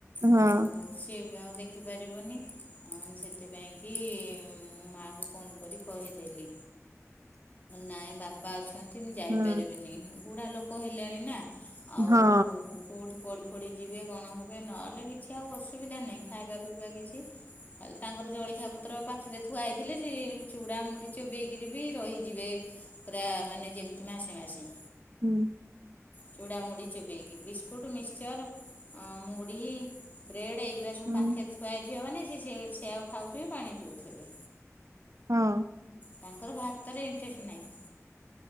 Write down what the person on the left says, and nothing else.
ଆଉ ସିଏ ବି ଆଉ। ଦେଖିପାରିବନି ଅ, ମୁଁ ସେଥିପାଇଁକି ମୋ ମାଆକୁ ଫୋନ୍ କରି କହିଦେଲି। ନାଇଁ ବାପା ଅଛନ୍ତି। କି ମୁଁ ଯାଇପାରିବିନି
ବୁଢ଼ା ଲୋକ ହେଲେଣି ନା। ଆଉ
କୋଉଠି ପଡି ଫଡି ଯିବେ କଣ ହେବେ ନହେଲେ କିଛି ଆଉ ଅସୁବିଧା ନାହିଁ। ଖାଇବା ପିଇବା କିଛି। ଖାଲି ତାଙ୍କର ଜଳିଖିଆ ପତ୍ର ପାଖରେ ଥୁଆ ହେଇଥିଲେ ସେ ଚୁଡ଼ା ମୁଢି ଚୁବେଇକିରି ବି ରହିଯିବେ। ପୁରା ମାନେ ଯେମିତି ମାସେ ମାସେ।
ଚୂଡ଼ା ମୁଢି ଚୁବେଇକି ବିସ୍କୁଟ ମିଶ୍ଚର ଆଉ ମୁଢି। ବ୍ରେଡ ଏଇଗୁରା ସବୁ
ପାଖରେ ଥୁଆ ହେଇଥିବ ମାନେ ସିଏ ସେୟାକୁ ଆଉ ଖାଉଥିବେ ପାଣି ପିଉଥିବେ।
ତାଙ୍କର ଭାତରେ ଇଣ୍ଟରେଷ୍ଟ ନାହିଁ।